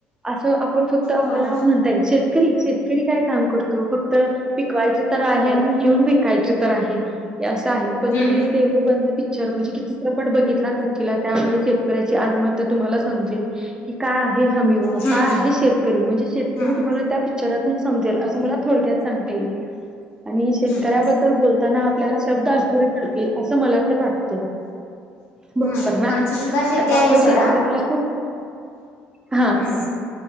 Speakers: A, on the right; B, on the left.
A: असं आपण फक्त आपल्याला
B: होय
A: म्हणता येईल शेतकरी शेत तरी काय काम करतो फक्त पिकवायच तर आहे
B: होय
A: आणि नेऊन विकायच तर आहे. असं आहे पण
B: हम्म
A: तुम्ही देऊळ बंद पिक्चर म्हणजे कि चित्रपट बघितलाचिला. त्यामुळे शेतकऱ्याची आत्महत्या तुम्हाला समजेल की काय? हमी भाव
B: हम्म
A: काय आहे शेतकरी म्हणजे शेतकरी
B: हम्म
A: तुम्हाला त्या समजेल अस मला थोडक्यात सांगता येईल आणि शेतकऱ्याबद्दल
B: हम्म
A: ब ताना आपल्याला शब्द असपुरे पडतील असं मला तर वाटते बरोबर
B: हम्म
A: ना.
B: आमची
A: आता
B: सुद्धा शेती आहे
A: आपण
B: सोडा
A: शेतकऱ्याला खूप हां,
B: हम्म